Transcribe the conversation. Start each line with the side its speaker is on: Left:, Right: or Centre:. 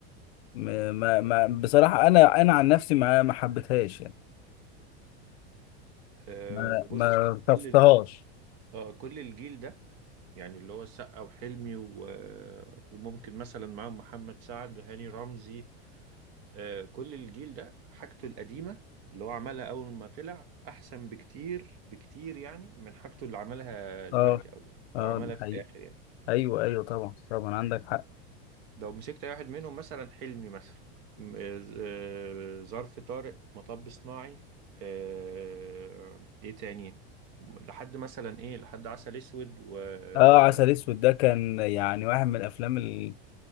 Left: م- ما ما بصراحه انا انا عن نفسي ما ما حبيتهاش يعني
Right: آه،
Left: ما
Right: بص
Left: ما
Right: كل
Left: طفتهاش
Right: ال- آه، كل الجيل ده يعني اللي هو السقا وحلمي و... وممكن مثلا معاهم محمد سعد وهاني رمزي آه، كل الجيل ده حاجته القديمة اللي هو عملها أول ما طلع أحسن بكتير بكتير يعني من حاجته اللي عملها دلوقتي
Left: اه
Right: أو
Left: اه
Right: أو عملها
Left: دي
Right: في
Left: حقيقة
Right: الآخر يعني
Left: ايوه ايوه طبعا طبعا عندك حق
Right: لو مسكت اي واحد منهم مثلا حلمي مثلا م- آه، ظرف طارق مطب صناعي آه، ايه تاني لحد مثلا ايه لحد عسل اسود ومش
Left: اه عسل اسود ده كان يعني واحد من الافلام ال...